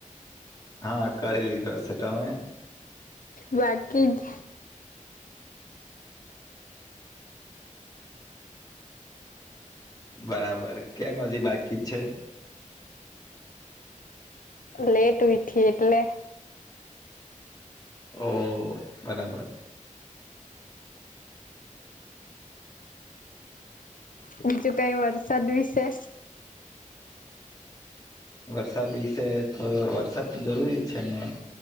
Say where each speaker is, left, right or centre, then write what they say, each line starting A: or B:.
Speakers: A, on the left (about 30°); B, on the left (about 80°).
A: હા કરી લીધો છે તમે?
B: બાકી જ.
A: બરાબર કે હજી બાકી છે?
B: લેટ ઉઠી એટલે
A: ઓહ બરાબર
B: બીજું કઈ વરસાદ વિશે.
A: વરસાદ વિશે તો વરસાદ તો જરૂરી જ છે ને